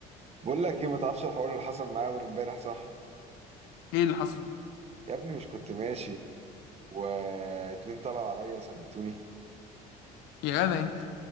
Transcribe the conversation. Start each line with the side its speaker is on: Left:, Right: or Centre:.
Right: بقول لك ايه ما تعرفش الحوار اللي حصل معايا اول امبارح صح
Left: ايه اللي حصل
Right: يا ابني مش كنت ماشي واتنين طلعوا عليا ثبتوني
Left: يا جدع انت